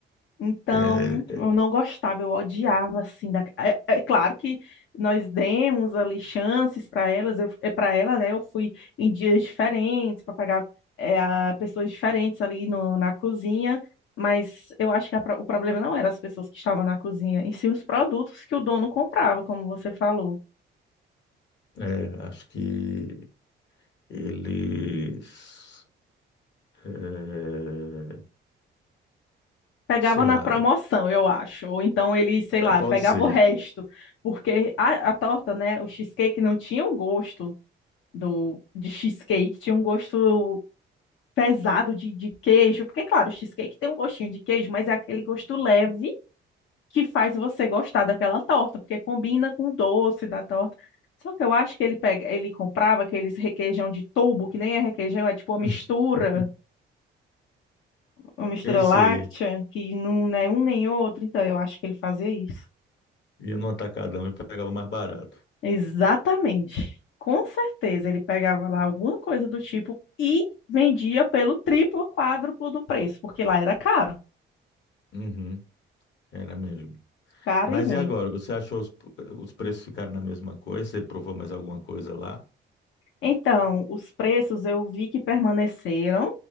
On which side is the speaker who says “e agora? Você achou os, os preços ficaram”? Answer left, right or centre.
Left